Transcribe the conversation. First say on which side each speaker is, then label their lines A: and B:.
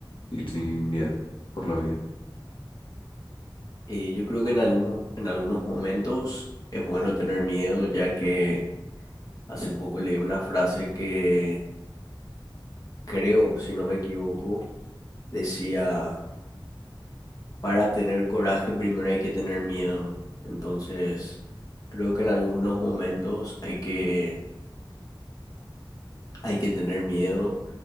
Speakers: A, on the left; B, on the left.
A: ir sin miedo por la vida.
B: Eh, yo creo que en algunos, en algunos momentos es bueno tener miedo, ya que hace poco leí una frase que creo, si no me equivoco, decía, para tener coraje primero hay que tener miedo. Entonces, creo que en algunos momentos hay que, hay que tener miedo,